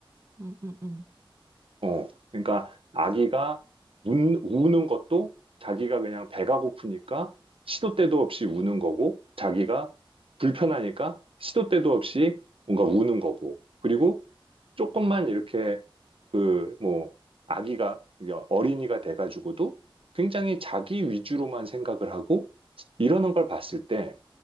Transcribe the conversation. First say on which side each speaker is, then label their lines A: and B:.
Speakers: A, on the right; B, on the right.
A: 음, 음, 음.
B: 어, 그러니까 아기가 운, 우는 것도 자기가 그냥 배가 고프니까 시도 때도 없이 우는 거고, 자기가 불편하니까 시도 때도 없이 뭔가 우는 거고, 그리고 조금만 이렇게 그, 뭐, 아기가, 어린이가 돼가지고도 굉장히 자기 위주로만 생각을 하고 이러는 걸 봤을 때